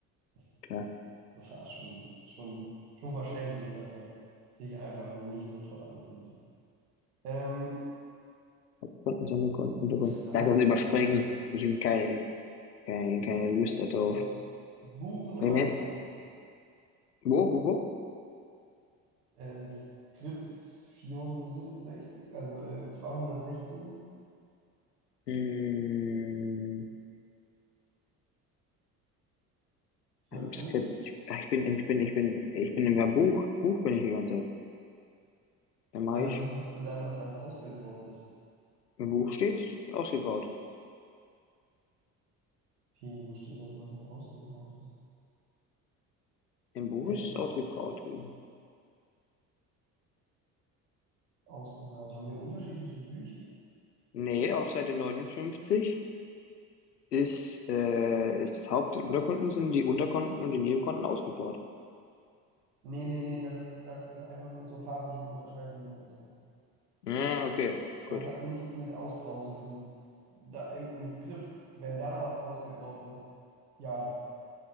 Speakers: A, on the right (about 75°); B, on the left (about 85°).
A: das,
B: klar.
A: war schon, schon, schon verständlich, dass das sich einfach nicht so toll angefühlt hat. Ähm,
B: Kunden sammeln, Kunden, Kunden, Kunden.
A: Standard.
B: Lass das überspringen. Ich will keine, keine, keine Lust darauf.
A: Ja. Buchen
B: Brennen.
A: auf Konto.
B: Wo, wo, wo?
A: Äh, Skript 64, also äh, 216,
B: Hm,
A: f-
B: im
A: findest
B: Skript.
A: du?
B: Ich, ach, ich bin, im- ich bin, ich bin, ich bin im Buch. Buch bin ich die ganze Zeit. Dann mache
A: Aber
B: ich.
A: wie siehst du dann, dass das ausgegraut ist?
B: Im Buch steht ausgekaut.
A: Wie, wo steht das, dass das ausgegraut ist?
B: Im Buch
A: Äh,
B: ist es ausgekaut
A: auf,
B: gewesen.
A: ausgegraut. Haben wir unterschiedliche Bücher?
B: Nee, auf Seite 59 ist, äh, ist Haupt- und Unterkonten sind die Unterkonten und die Nebenkonten ausgekaut.
A: Nee, nee, nee, das ist, das ist einfach nur zur farblichen Unterscheidung dann besser.
B: Hm, okay, gut.
A: Das hat nichts mit Ausgrauen zu tun. Da, im, Im Skript, wenn da was ausgegraut ist, ja.